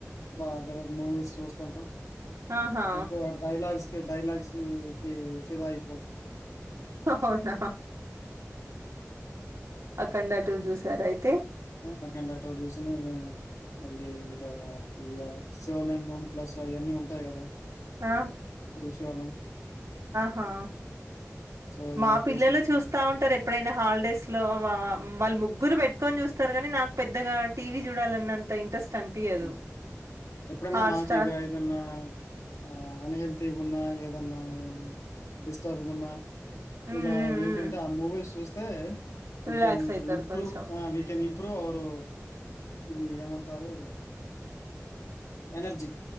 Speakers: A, on the left; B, on the right.
A: బాగా మూవీస్ చూస్తుంటాం
B: ఆహా!
A: ఎక్కువ డైలాగ్స్ డైలగ్స్ కి ఫిదా అయి
B: అవునా అఖండ టూ చూసారా అయితే
A: ఆ అఖండ టూ చూసును మళ్ళీ ఇగ ఇగ శివలింగం ప్లస్ అయన్నీ ఉంటాయి కదా
B: ఆ
A: త్రిశూలం
B: హా
A: సో
B: మా పిల్లలు
A: బేసిక్
B: చూస్తావుంటారు ఎప్పుడైనా హాలిడేస్ లో వా వాళ్ళు ముగ్గురు పెట్టుకొని చూస్త స్తారుగాని నాకు పెద్దగా టీవీ చూడాలన్నంత ఇంట్రెస్ట్ అనిపియదు.
A: హమ్ ఎప్పుడన్న
B: హాట్‌స్టార్
A: మాకిగా ఏదన్నా ఆ అనే వున్న ఏదన్నా డిస్టబ్ గున్నా
B: హ్మ్.
A: ఇగ
B: హ్మ్.
A: ఏంటంటే
B: హ్మ్.
A: ఆ మూవీస్ చూస్త తే వి
B: రిలాక్స్
A: కన్
B: అయితారు
A: ఇంప్రూవ్
B: కొంచెం.
A: ఆ వి కెన్ ఇంప్రూవ్ అవర్ ఇప్పుడు ఇది ఏమంటారు ఎనర్జీ